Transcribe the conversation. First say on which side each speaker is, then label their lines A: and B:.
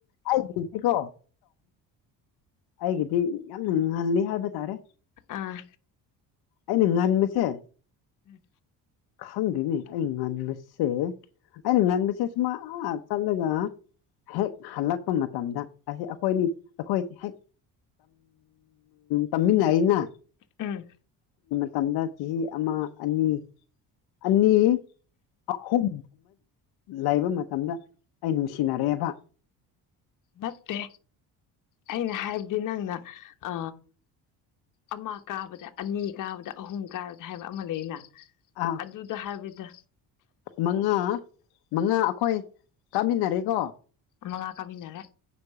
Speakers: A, on the left; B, on the left.
A: ꯑꯩꯒꯤꯗꯤꯦꯀꯣ ꯑꯩꯒꯤꯗꯤ ꯌꯥꯝꯅ ꯉꯜꯂꯤ ꯍꯥꯏꯕ ꯇꯥꯔꯦ
B: ꯑꯥ
A: ꯑꯩꯅ ꯉꯟꯕꯁꯦ
B: ꯎꯝ
A: ꯈꯪꯈꯤꯅꯦ ꯑꯩ ꯉꯟꯃꯤꯠꯁꯦ ꯑꯩꯅ ꯃꯦꯟꯕꯤꯁꯦꯁ ꯃꯥ ꯆꯠꯂꯒ ꯍꯦꯛ ꯍꯜꯂꯛꯄ ꯃꯇꯝꯗ ꯑꯩꯈꯣꯏꯅꯤ ꯑꯩꯈꯣꯏ ꯍꯦꯛ ꯇꯝꯃꯤꯟꯅꯔꯤꯅ
B: ꯎꯝ
A: ꯃꯇꯝꯗ ꯆꯍꯤ ꯑꯃ ꯑꯅꯤ ꯑꯅꯤ ꯑꯍꯨꯝ ꯂꯩꯕ ꯃꯇꯝꯗ ꯑꯩ ꯅꯨꯡꯁꯤꯅꯔꯛꯦꯕ
B: ꯅꯠꯇꯦ ꯑꯩꯅ ꯍꯥꯏꯕꯗꯤ ꯅꯪꯅ ꯑ ꯑꯃ ꯀꯥꯕꯗ ꯑꯅꯤ ꯀꯥꯕꯗ ꯑꯍꯨꯝ ꯀꯥꯕꯗ ꯍꯥꯏꯕ ꯑꯃ ꯂꯩꯅ
A: ꯑꯥ
B: ꯑꯗꯨꯗ ꯍꯥꯏꯕꯗ
A: ꯃꯉꯥ ꯃꯉꯥ ꯑꯩꯈꯣꯏ ꯀꯥꯃꯤꯟꯅꯔꯦꯀꯣ
B: ꯃꯉ ꯀꯃꯤꯅꯔꯦ